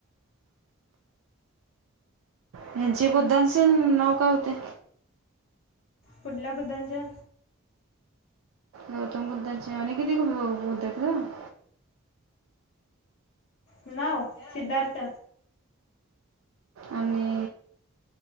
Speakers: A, on the right; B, on the left.
A: ह्यांचे बुद्धांचे नाव काय होते
B: पुढल्या बुद्धांच्या
A: गौतम बुद्धाची आणि किती बुद्ध <inaudible>
B: नाव सिद्धार्थ
A: आणि